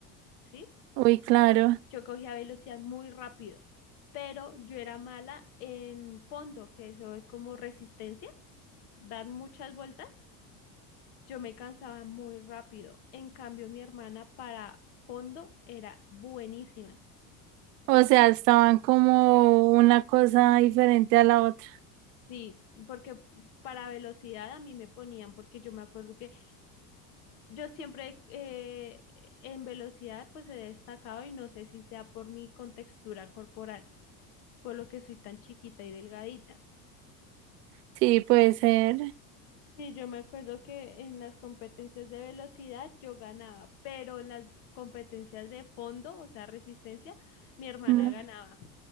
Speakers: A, on the left; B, on the right.
A: ¿sí?
B: Uy, claro.
A: Yo cogía velocidad muy rápido, pero yo era mala en fondo, que eso es como resistencia. dar muchas vueltas, yo me cansaba muy rápido. En cambio, mi hermana para fondo era buenísima.
B: O sea, estaban como una cosa diferente a la otra.
A: Sí, porque para velocidad a mí me ponían, porque yo me acuerdo que yo siempre eh, en velocidad pues he destacado y no sé si sea por mi contextura corporal, por lo que soy tan chiquita y delgadita.
B: Sí, puede ser.
A: Sí, yo me acuerdo que en las competencias de velocidad yo ganaba, pero en las competencias de fondo, o sea, resistencia, mi hermana
B: Mm.
A: ganaba.